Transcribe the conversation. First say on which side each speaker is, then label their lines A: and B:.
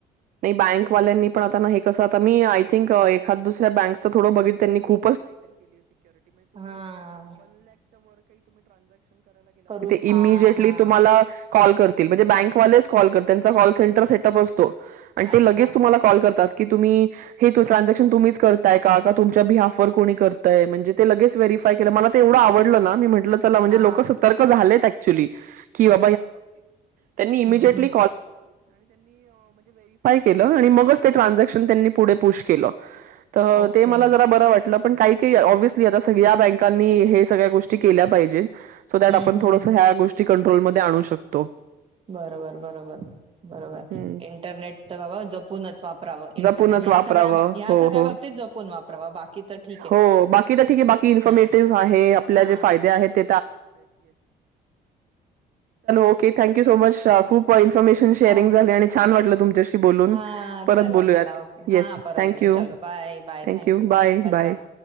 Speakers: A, on the right; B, on the right.
A: नाही बँकवाल्यांनी पण आता हे कसं आता मी आय थिंक एखाद दुसऱ्या बँकच थोडं बघितल त्यांनी खू
B: हा करूच
A: <unintelligible>
B: हा हा
A: त कॉल करतील म्हणजे बँकवालेच कॉल करतील त्यांचा कॉल सेंटर सेटअप असतो आणि
B: अच्छा
A: ते लगेच तुम्हाला कॉल करतात की तुम्ही हे ट्रान्झॅक्शन तुम्हीच करताय का तुमच्या बिहाफवर कोणी करय म्हणज ते लगेच व्हेरीिफय केलं मला तेवढं आवडलं ना मी म्हटलं चला म्हणजे
B: हा
A: लोक सतर् झाले त्यांनी इ क के व त्यांनी
B: हम्म
A: के
B: हम्म
A: केलं आणि मगच ते ट्रांजेक्शन पुढे पुश केलं ते जरा
B: ओके
A: मला बरं वाटलं. पण काही काही ओविओस्ली आता सगळ्या बँकांनी हे सगळ्या गोष्टी केल्या पाहिजेत. सो दॅट
B: हम्म
A: आपण
B: हम्म
A: थोडस
B: हम्म
A: ह्या गोष्टी कंट्रोलमध्ये आणू शकतो.
B: बरोबर बरोबर बरोबर
A: हम्म.
B: इंटरनेट तर बाबा जपूनच वापर वापराव
A: जपूनच
B: इंटरनेट
A: वापरावं.
B: ह सगळ्या ह
A: हो,
B: सगळ्या
A: हो.
B: बाबतीत जपून वापराव बाकी तर ठीक आहे.
A: हो, बाकी तर ठीक बाकी इन्फॉर्मेटिव्ह
B: हा
A: आहे आपल्या
B: हा
A: जे फायदे आहेत. ओके थकू सपम शेअरिंग
B: हो
A: झाले आणि छान वाटलं तुमच्याशी बोलून
B: हा
A: परत
B: चला
A: बोलूयात
B: चला ओके हा
A: येस
B: परत
A: थँक
B: बोलू
A: यू
B: चलो bye bye
A: thank
B: thank
A: you bye
B: welcome
A: bye